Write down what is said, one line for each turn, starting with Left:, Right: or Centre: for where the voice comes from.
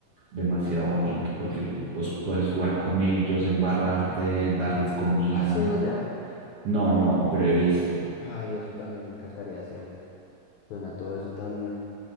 Right: demasiado bonito porque vos puedes jugar con ellos, embarrarte, darles comida.
Left: ¿Has ido allá?
Right: No, no, pero he visto.
Left: Ay, eso también me encantaría hacerlo. Suena todo eso tan,